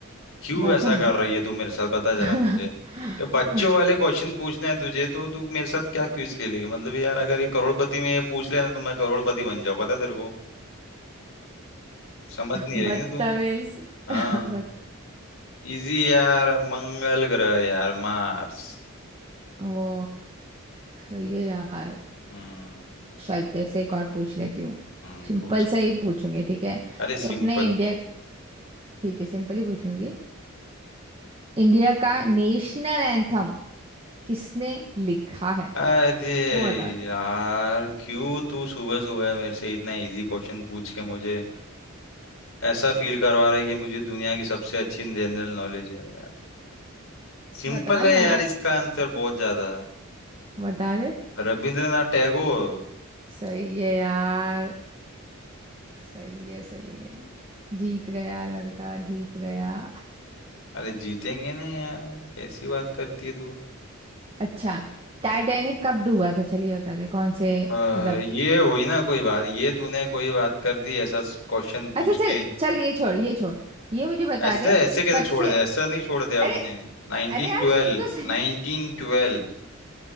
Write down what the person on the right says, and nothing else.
बता
<laughs>
बदतमीज
<laughs> बद
वो सही है यार
चल तेरे से एक और पूछ लेती हूँ
सिंपल
सा ही पूछूंगी ठीक है
तो अपने इंडिया ठीक है सिंपल ही पूछूंगी इंडिया का नेशनल एंथम किसने लिखा है
वो बता दे
बता ना
बता दे
सही है यार सही है सही है जीत गया लड़का जीत गया
अच्छा टाइटैनिक कब डूबा था चलिए बता दे कौन से
मतलब
अच्छा चल
चल ये छोड़ ये छोड़ ये मुझे बता
दे
सबसे
अरे
अरे यार
सुन तो सही